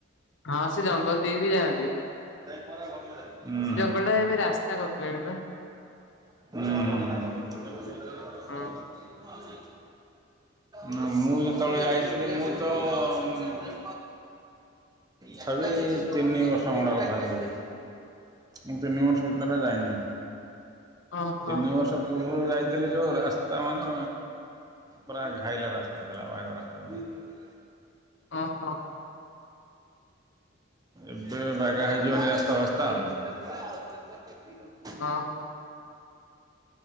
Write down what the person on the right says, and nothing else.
ଉଁ।
ଉଁ ହୁଁ
ହୁଁ। ନା ମୁଁ ଯେତେବେଳେ ଯାଇଥିଲି ମୁଁ ତ। ହୁଁ ତଥାବି ତିନି ବର୍ଷ ଖଣ୍ଡେ କଥା କହୁଛି। ମୁଁ ତିନି ବର୍ଷ ଭିତରେ ଯାଇନି।
ତିନି ବର୍ଷ ପୂର୍ବରୁ ଯାଇଥିଲି ଯୋଉ ରାସ୍ତା ମାନେ। ପୁରା ଘାଇଲା ରାସ୍ତା ଥିଲା ବାଗ ରାସ୍ତା ନଥିଲା।
ଏବେ ବାଗା ହେଇ ଯିବଣି ରାସ୍ତା ଫାସ୍ତା। <unintelligible>